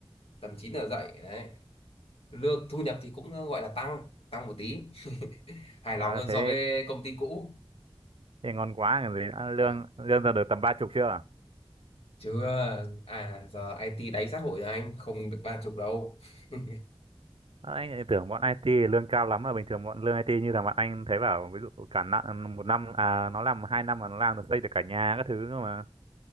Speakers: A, on the left; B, on the right.
A: tầm 9 giờ dậy đấy lương thu nhập thì cũng gọi là tăng tăng một tí <laughs> hài
B: Ờ,
A: lòng hơn
B: thế
A: so với công ty cũ
B: thì ngon quá còn gì nữa.
A: Vâng.
B: lương lương giờ được tầm ba chục chưa
A: chứ ờ, à giờ IT đáy xã hội rồi anh không được ba chục đâu <laughs>
B: Ờ, anh lại tưởng bọn IT lương cao lắm mà bình thường bọn lương IT như thằng bạn anh thấy bảo ví dụ cả năm một năm à nó làm hai năm mà nó làm được xây được cả nhà các thứ cơ mà